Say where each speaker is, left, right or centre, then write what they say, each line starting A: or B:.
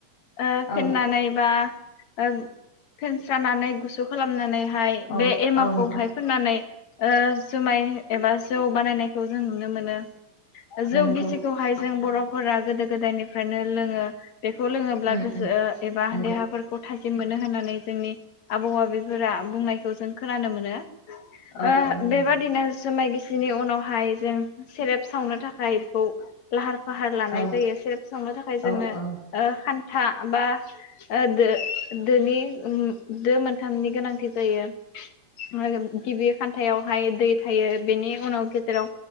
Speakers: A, on the left; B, on the left.
A: ओ
B: औ
A: फेननानै बा ओ फेनस्रानानै गुसु खालामनानै हाय
B: औ
A: बे एमावखौहाय
B: औ नोंथां
A: फुननानै ओ जुमाय एबा जौ बानायनायखौ जों नुनो मोनो।
B: नंगौ
A: जौ गिसिखौहाय जों बर'फोरा गोदो गोदायनिफ्रायनो लोङो। बेखौ लोङोब्ला
B: उम
A: गोसो
B: उम
A: एबा
B: नंगौ
A: देहाफोरखौ थाजि जिम मोनो होननानै जोंनि आबौ आबैफोरा बुंनायखौ जों खोनानो मोनो। ओ
B: औ औ नंगौ
A: बेबादिनो जुमाय गि सिनि उनावहाय जों सेरेब सावनो थाखाय बेखौ लाहार फाहार लानाय
B: औ
A: जायो सेरेब सावनो थाखाय जोंनो
B: औ औ
A: ओ खान था बा ओ दो-दोनि ओम दो मोनथामनि गोनांथि जायो। <unintelligible> गिबि खान्थायावहाय दै थायो बेनि उनाव गेजेराव